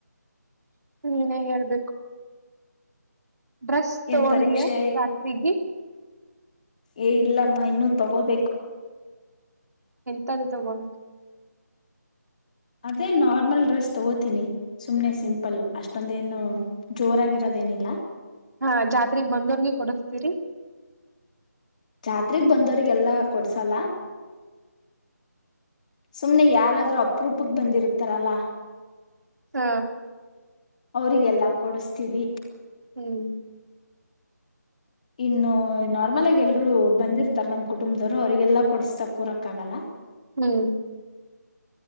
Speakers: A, on the right (about 65°); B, on the left (about 25°).
A: ನೀನೇ ಹೇಳ್ಬೇಕು ಡ್ರೆಸ್
B: ಏನ್
A: ತಗೊಂಡಿಯ
B: ಪರೀಕ್ಷೆ
A: ಜಾತ್ರೆಗೆ
B: ಏ ಇಲ್ಲಮ್ಮ ಇನ್ನುೂ ತಗೋಬೇಕು
A: ತದ ಬ <unintelligible>
B: ಅದೇ ನಾರ್ಮಲ್ ಡ್ರೆಸ್ ತಗೋತೀನಿ ಸುಮ್ನೆ ಸಿಂಪಲ್ ಅಷ್ಟೊಂದೇನು ಜೋರಾಗಿರೋ ಏನೆಲ್ಲ
A: ಹಾ ಜಾತ್ರೆಗ್ ಬಂದೋರ್ಗೆ ಕೊಡಸ್ತೀರಿ
B: ರಾತ್ರಿಗ್ ಬಂದ್ರಿಗೆಲ್ಲಾ ಕೊಡ್ಸಲ್ಲ ಸುಮ್ಮ್ನೆ ಯಾರಾದ್ರೂ ಅಪ್ರೂಪಗೆ ಬಂದಿರುತ್ತಾರಲ್ಲ
A: ಹಾ
B: ಅವ್ರರಿಗೆಲ್ಲ ಕೊಡಸ್ತೀವಿ
A: ಹ್ಮ್
B: ಇನ್ನು ನಾರ್ಮಲ್ ಆಗ ಎಲ್ರು ಬಂದಿರ್ತಾರ ನಮ್ ಕುಟುಂಬದವರು ಅವ್ರರಿಗೆಲ್ಲಾ ಕೊಡಸ್ತ ಕೂರಕ್ ಆಗಲ್ಲ
A: ಹ್ಮ್